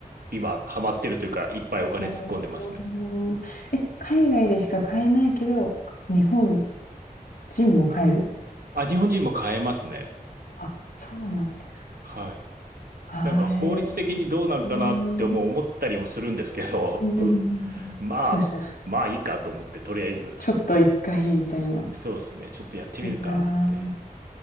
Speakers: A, on the right; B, on the left.
A: 今ハマってるというか、いっぱいお金突っ込んでますね。
B: と。おーえ、海外でしか買えないけど、日本人も買える
A: あ、日本人も買えますね。
B: あ、そうなんです
A: はい。
B: か。は
A: なんか法律的にどうなんかなって思う思ったりもするんですけど、
B: うい。んうんうん。
A: <laughs> まあ、
B: そうですね。
A: まあいいかと思って、とりあえず、
B: ちょっと一回みたいな。
A: そうですね、ちょっとやってみるかって。
B: いいな